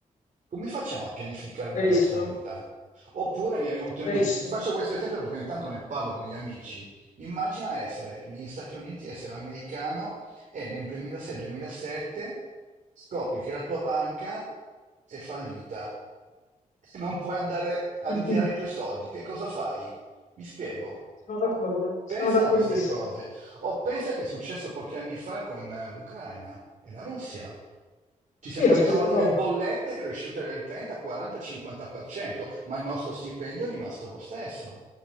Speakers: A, on the right (about 60°); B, on the left (about 60°).
A: Come facciamo a pianificare
B: Verissimo,
A: la nostra vita? Oppure mi è venuto
B: verissimo.
A: in mente, ti faccio questo esempio perché ogni tanto ne parlo con gli amici. Immagina essere negli Stati Uniti, essere americano e nel 2006-2007 scopri che la tua banca è fallita e non puoi andare a
B: <laughs>
A: ritirare i tuoi soldi. Che cosa fai? Mi spiego.
B: Sono d'accordo, sono
A: Pensa
B: d'accordissimo.
A: a queste cose o pensa che è successo pochi anni fa con eh, l'Ucraina e la Russia. Ci
B: Sì,
A: siamo
B: la
A: ritrovati
B: stessa cosa.
A: le bollette cresciute del 30, 40, 50%, ma il nostro stipendio è rimasto lo stesso.